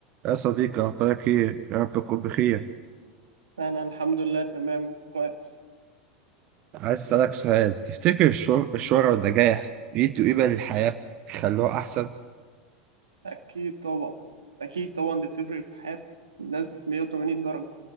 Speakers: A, on the right; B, on the right.
A: يا صديقي أخبارك إيه؟ يا رب تكون بخير،
B: انا الحمد لله تمام كويس
A: عايز أسألك سؤال، تفتكر الشهر- الشهرة والنجاح بيدوا قيمة للحياة؟ بيخلوها أحسن؟
B: اكيد طبعا اكيد طبعا دي بتفرق في حياة الناس 180 درجة